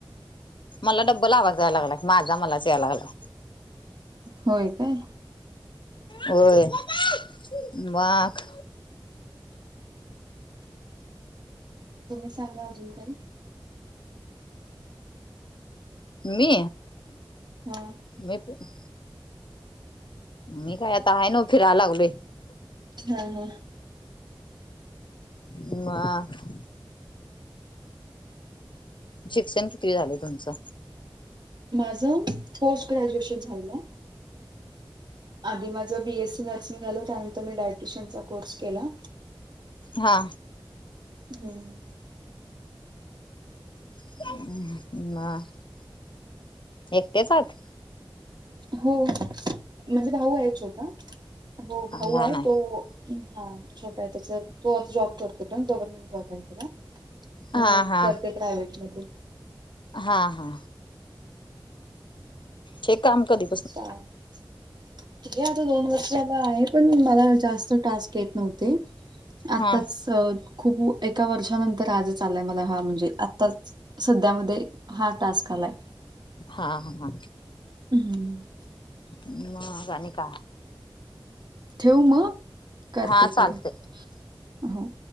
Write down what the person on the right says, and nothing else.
होय काय
तुम्ही सांगा अजून काही
हा
हा ह
माझ पोस्ट ग्रॅज्युएशन झालेलं आहे आधी माझं बीएससी नर्सिंग झालं त्यानंतर मी डायट्रिशनचा कोर्स केला
हम्म
हो म्हणजे भाऊ आहे छोटा हो भाऊ
आहे
तो हा छोटा आहे त्याच तो आता जॉब करतो पण गव्हर्नमेंट जॉब आहे <unintelligible>
मी
करते प्रायव्हेट मधून
ह. हे आता दोन वर्ष आला आहे पण मला जास्त टास्क येत नव्हते. आत्ताच
खूप एका वर्षानंतर आज चाललाय मला हा म्हणजे आत्ताच. सध्यामध्ये हा टास्क आलाय.
हम्म.
ठेऊ मग, करते
परत हो.